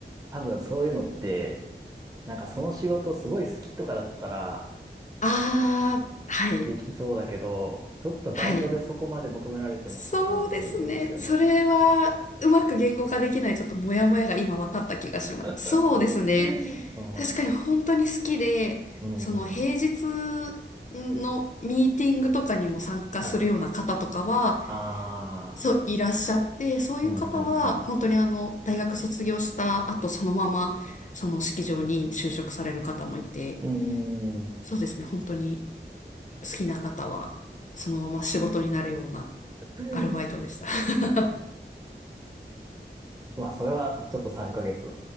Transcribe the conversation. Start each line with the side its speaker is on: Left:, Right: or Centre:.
Right: 多分そういうのって、なんかその仕事すごい好きとかだったら
Left: ああ、はい、
Right: できそうだけど、ちょっとバイトでそこまで求められてもって感じですよね。
Left: はい。そうですね。それは、うまく言語化できないちょっとモヤモヤが今分かった気がします。
Right: <laughs>
Left: そうですね。
Right: うん、
Left: 確かに本当に好きで、
Right: うん、
Left: その平日
Right: うん。
Left: のミーティングとかにも参加するような方とかは、
Right: はい。ああ
Left: そう、いらっしゃって、そういう方は、
Right: うん、うん、うん。
Left: 本当にあの、大学卒業した後、そのまま、その式場に就職される方もいて、
Right: うん。
Left: そうですね、本当に好きな方は、そのまま仕事になるような
Right: <laughs>
Left: アルバイトでした。<laughs>
Right: まあ、それはちょっと3ヶ月